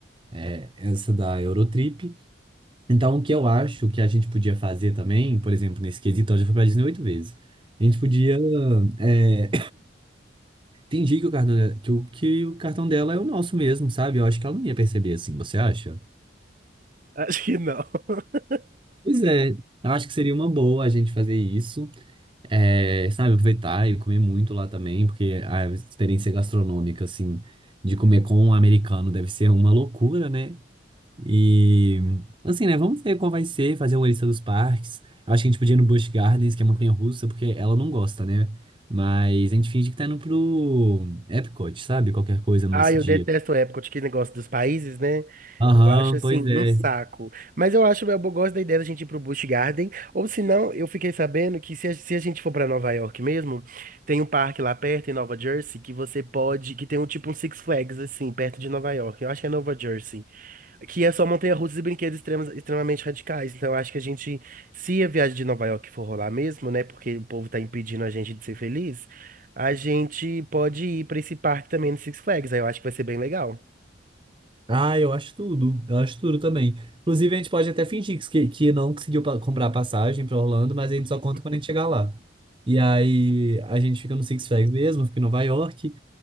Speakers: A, on the right; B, on the right.
A: é essa da Eurotrip. Então, o que eu acho que a gente podia fazer também, por exemplo, nesse quesito, ela já foi pra Disney oito vezes. A gente podia é, entendi que o cartão dela, que o, que o cartão dela é o nosso mesmo, sabe? Eu acho que ela não ia perceber assim, você acha?
B: Acho que não. <laughs>
A: Pois é, eu acho que seria uma boa a gente fazer isso, é, sabe? Aproveitar e comer muito lá também, porque a experiência gastronômica, assim, de comer com um americano deve ser uma loucura, né? E, assim, né? Vamos ver qual vai ser, fazer uma lista dos parques. Eu acho que a gente podia ir no Busch Gardens, que é montanha-russa, porque ela não gosta, né? Mas a gente finge que tá indo pro Epcot, sabe? Qualquer coisa nesse
B: Ah, eu
A: dia.
B: detesto o Epcot, que negócio dos países, né?
A: Aham,
B: Eu acho assim
A: pois
B: um
A: é.
B: saco. Mas eu acho, eu gosto da ideia da gente ir pro Busch Garden. Ou se não, eu fiquei sabendo que se a, se a gente for pra Nova York mesmo, tem um parque lá perto em Nova Jersey que você pode, que tem um tipo um Six Flags assim, perto de Nova York. Eu acho que é Nova Jersey, que é só montanha-russas e brinquedos extremos- extremamente radicais. Então eu acho que a gente, se a viagem de Nova York for rolar mesmo, né, porque o povo tá impedindo a gente de ser feliz, a gente pode ir pra esse parque também no Six Flags. Aí eu acho que vai ser bem legal.
A: Ah, eu acho tudo. Eu acho tudo também. Inclusive, a gente pode até fingir que, que não conseguiu pa- comprar passagem pra Orlando, mas
B: <laughs>
A: a gente só conta quando a gente chegar lá. E aí, a gente fica no Six Flags mesmo, fica em Nova York.